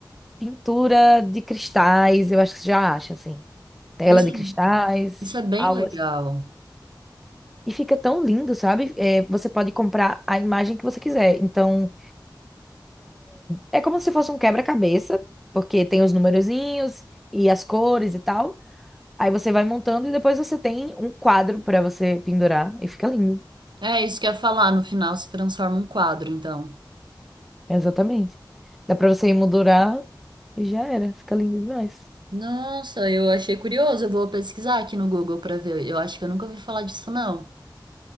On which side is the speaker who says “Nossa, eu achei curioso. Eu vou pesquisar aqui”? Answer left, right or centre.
Right